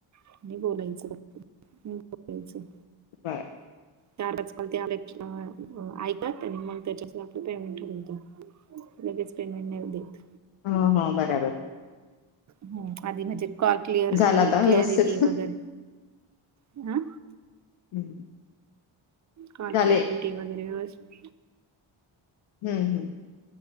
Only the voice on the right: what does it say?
आणि बोलायचं बोलायचं.
चार पाच काॅल ते आले की ऐकतात. आणि मग त्याच्यास आपलं पेमेंट ठरवतात. लगेच पेमेंट नाही होवू देत.
हं.. आधी म्हणजे, कॉल क्लिअर
क्लरिटी
वगैरे अ..
कॉल
क्लअरिटी वगैरे वेवस्थि